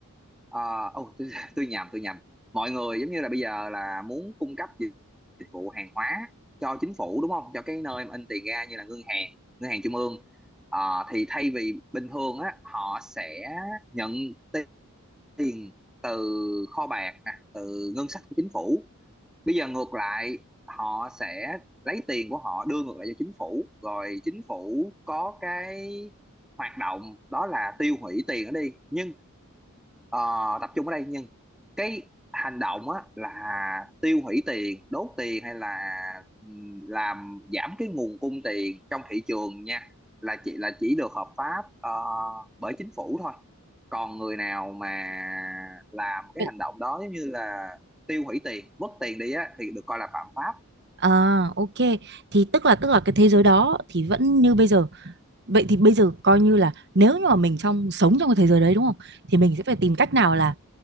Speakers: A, in the centre; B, on the right.
A: ờ, ô, tôi, <laughs> tôi nhầm tôi nhầm mọi người giống như là bây giờ là muốn cung cấp dịch, dịch vụ hàng hóa cho chính phủ đúng không cho cái nơi mà in tiền ra như là ngân hàng ngân hàng trung ương Ờ, thì thay vì bình thường á họ sẽ nhận ti- tiền từ kho bạc nè từ ngân sách của chính phủ bây giờ ngược lại họ sẽ lấy tiền của họ đưa ngược lại cho chính phủ rồi chính phủ có cái hoạt động đó là tiêu hủy tiền đó đi nhưng Ờ, tập trung ở đây nhưng cái hành động á là tiêu hủy tiền đốt tiền hay là ừm, làm giảm cái nguồn cung tiền trong thị trường nha là chỉ là chỉ được hợp pháp ờ, bởi chính phủ thôi còn người nào mà làm cái
B: Ừ.
A: hành động đó giống như là tiêu hủy tiền vứt tiền đi á thì được coi là phạm pháp
B: À, ok. Thì tức là tức là cái thế giới đó thì vẫn như bây giờ. Vậy thì bây giờ coi như là nếu như mà mình trong sống trong cái thế giới đấy đúng không? Thì mình sẽ phải tìm cách nào là